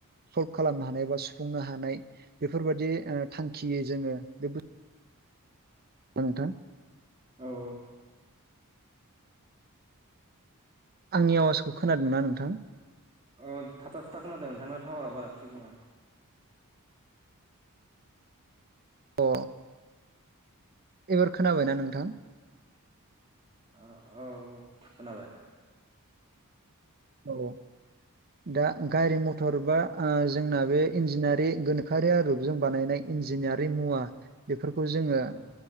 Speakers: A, on the right; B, on the right.
A: सल्भ खालामनो हानाय बा सुफुंनो हानाय बेफोरबादि ओ थांखियै जोङो बे नोंथां।
B: औ औ।
A: आंनि आवाजखौ खोनादोंना नोंथां?
B: अ थाथा थुथा खोनादों नोंथांना टावारा बारा थिग नङा।
A: अ। एबार खोनाबायना नोंथां?
B: औ औ खोनाबाय।
A: औ दा गारि मथर बा जोंना बे इन्जिनयारि गोनोखोआरि आदबजों बानायनाय इन्जिनियारिं मुवा बेफोरखौ जोङो
B: औ